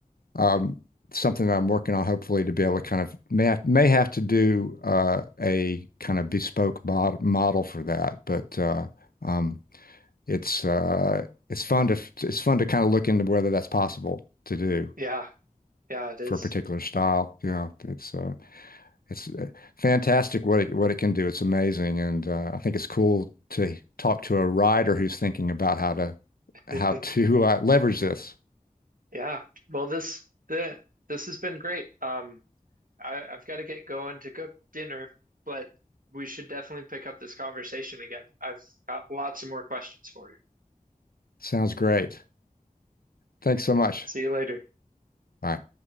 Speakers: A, on the left; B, on the right.
A: um, something that I'm working on, hopefully, to be able to kind of may have, may have to do uh, a kind of bespoke mod model for that, but uh, um, it's uh, it's fun to it's fun to kind of look into whether that's possible to do
B: yeah, yeah. It is.
A: for a particular style. You know, it's uh, it's uh, fantastic what it what it can do. It's amazing, and uh, I think it's cool to talk to a writer who's thinking about how to
B: <laughs>
A: how to uh, leverage this.
B: Yeah. Well, this the this has been great. Um. I, I've got to get going to cook dinner, but we should definitely pick up this conversation again. I've got lots of more questions for you.
A: Sounds great. Thanks so much.
B: See you later.
A: Bye.